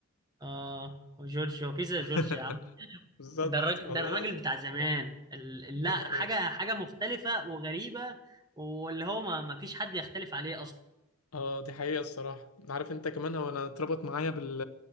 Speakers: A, on the right; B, on the left.
A: آه. جورج هو كيزا
B: <laughs>
A: جورج يا عم
B: بالظبط
A: ده الراجل
B: والله
A: ده الراجل
B: لازم
A: بتاع زمان ال... ال-
B: دي
A: لا
B: حقيقة
A: حاجة حاجة مختلفة وغريبة واللي هو ما... ما فيش حد يختلف عليه اصلا
B: اه دي حقيقة الصراحة عارف انت كمان هو انا اتربط معايا بال